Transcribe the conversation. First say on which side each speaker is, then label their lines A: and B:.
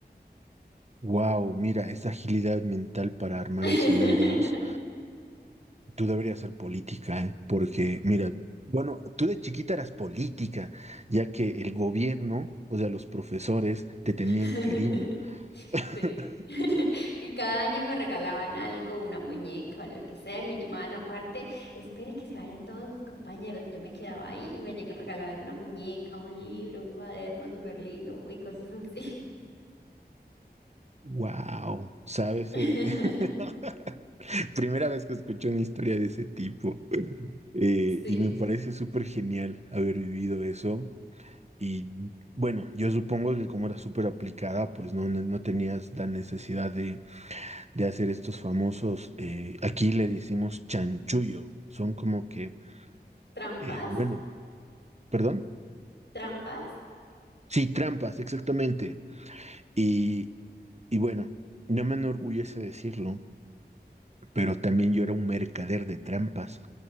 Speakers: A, on the right; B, on the left.
A: Wow, mira, esa agilidad mental para armar
B: <laughs>
A: escenarios. Tú deberías ser política, ¿eh? Porque, mira, bueno, tú de chiquita eras política, ya que el gobierno, o sea, los profesores, te tenían
B: <laughs>
A: cariño. <laughs>
B: Sí. <laughs> Y cada año me regalaban algo, una muñeca o lo que sea, y me llamaban aparte, espere que se vayan todos sus compañeros, y yo me quedaba ahí y me lleg- regalaban una muñeca, un libro, un cuaderno súper lindo y cosas así.
A: Wow, ¿sabes?
B: <laughs>
A: Eh, <laughs> Primera vez que escucho una historia de ese tipo. Eh,
B: Sí.
A: y me parece súper genial haber vivido eso. Y bueno, yo supongo que como era súper aplicada, pues no, no no tenías la necesidad de, de hacer estos famosos, eh, aquí le decimos chanchullo. Son como que,
B: ¿Trampas?
A: eh, bueno, perdón.
B: ¿Trampas?
A: Sí, trampas, exactamente. Y, y bueno, no me enorgullece decirlo. pero también yo era un mercader de trampas.